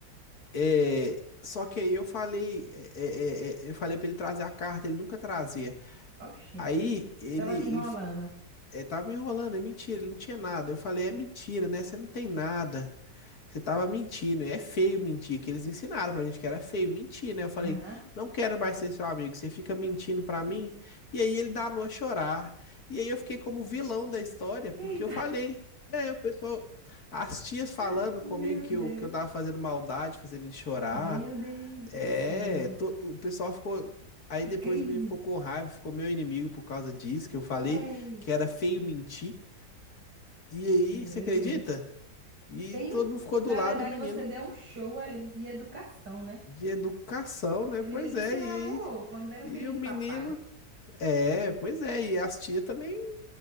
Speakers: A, on the left; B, on the right.
A: É, só que aí eu falei, é, é, é, é, eu falei pra ele trazer a carta, ele nunca trazia.
B: oxente,
A: Aí ele,
B: tava te enrolando.
A: ele é, tava me enrolando, é mentira, ele não tinha nada. Eu falei, é mentira, né? Você não tem nada. Você tava mentindo, e é feio mentir, que eles ensinaram pra gente que era feio mentir, né? Eu falei,
B: Aham,
A: não quero mais ser seu amigo, você fica mentindo pra mim. E aí ele danou a chorar. E aí eu fiquei como vilão da história, porque
B: eita,
A: eu falei, é, o pessoal, as tias falando
B: <laughs>
A: comigo
B: meu
A: que
B: Deus,
A: eu, que eu tava fazendo maldade, fazendo ele chorar.
B: meu Deus
A: É,
B: do céu,
A: to- o pessoal ficou. Aí
B: que
A: depois
B: crime.
A: o menino ficou com raiva, ficou meu inimigo por causa disso, que eu falei
B: Ei,
A: que era feio mentir. E aí,
B: meu
A: você acredita?
B: Deus.
A: E
B: Tem,
A: todo mundo ficou
B: na
A: do lado
B: verdade,
A: do menino.
B: você deu um show a ele de educação, né?
A: De educação, né?
B: E
A: Pois
B: o menino que
A: é,
B: se
A: e,
B: magoou quando vieram
A: e
B: um filho de
A: o menino.
B: papai.
A: É, pois é, e as tia também